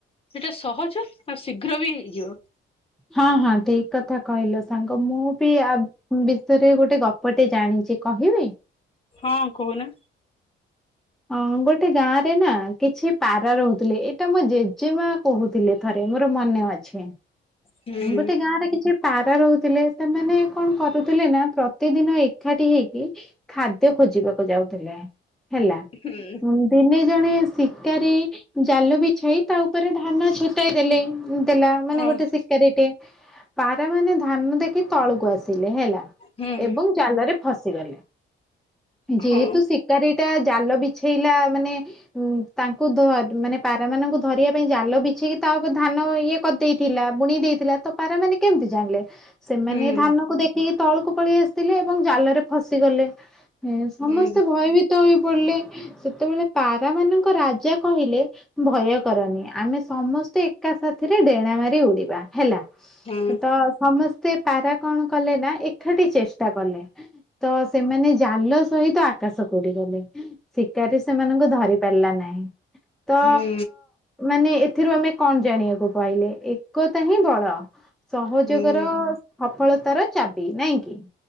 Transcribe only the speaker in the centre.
ହଁ ହଁ ଠିକ କଥା କହିଲ ସାଙ୍ଗ ମୁଁ ବି ଆ ବିଷୟରେ ଗୋଟେ ଗପ ଟେ ଜାଣିଚି କହିବି।
ହଁ ଗୋଟେ ଗାଁ ରେ ନା କିଛି ପାରା ରହୁଥିଲେ ଏଟା ମୋ ଜେଜେମା କହୁଥିଲେ ଥରେ ମୋର ମନେ ଅଛି
ଗୋଟେ ଗାଁରେ କିଛି ପାରା ରହୁଥିଲେ ସେମାନେ କଣ କରୁଥିଲେ ନା ପ୍ରତିଦିନ ଏକାଠି ହେଇକି ଖାଦ୍ୟ ଖୋଜିବାକୁ ଯାଉଥିଲେ ହେଲା
ଉଁ। ଦିନେ ଜଣେ ଶିକାରୀ ଜାଲ ବିଛାଇ ତା ଉପରେ ଧାନ ଛୁଟାଇ ଦେଲେ। ଦେଲା ମାନେ
ଗୋଟେ ଶିକାରୀଟେ ପାରା ମାନେ ଧାନ ଦେଖି ତଳକୁ ଆସ ସିଲେ ହେଲା
ଏବଂ ଜାଲରେ ଫସିଗଲେ ଯେହେତୁ
ଶି କାରୀ ଟା ଜାଲ ବିଛେଇଲା ମାନେ ଉଁ ତାଙ୍କୁ ଧ ମାନେ ପାରା ମାନଙ୍କୁ ଧରିବା ପାଇଁ ଜାଲ ବିଛେଇକି ତା ଉପରେ ଧାନ ଇଏ କରିଦେଇଥିଲା ବୁଣି ଦେଇଥିଲା ତ ପାରା ମାନେ କେମିତି ଜାଣିଲେ ସେମାନେ
ଧାନକୁ ଦେଖ କି ତଳକୁ ପଳେଇ ଆସିଥିଲେ ଏବଂ ଜାଲରେ ଫସିଗଲେ ସମସ୍ତେ
ଭୟଭୀତ ତ ହେଇ ପଡିଲେ ସେତେବେଳେ ପାରା ମାନଙ୍କ ରାଜା କହିଲେ ତ ଭୟ କରନି ଆମେ ସମସ୍ତେ ଏକା ସାଥିରେ ଡେଣା ମାରି ଉଡି଼ବୁ। ବା ହେଲା
ତ ସମସ୍ତେ ପାରା କଣ କଲେ ନା ଏକାଠି ଚେଷ୍ଟା କଲେ ତ ସେମାନେ ଜାଲ ସହିତ ଆକାଶ ଉଡି଼ଗଲେ। ଶିକାରୀ ସେମାନଙ୍କୁ ଧରି ପାରିଲା ନାହିଁ ତ
ମାନେ ଏଥିରୁ ଆମେ କଣ ଜାଣିବାକୁ ପାଇଲେ ଏକତା ହିଁ ବଳ ସହଯୋଗର
ସଫଳତାର ଚାବି ନାଇଁ କିି?